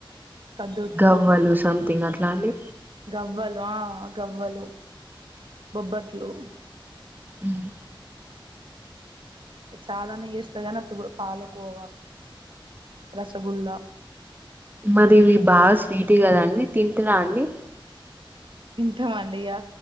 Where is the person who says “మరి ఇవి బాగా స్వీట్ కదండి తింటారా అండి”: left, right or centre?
Right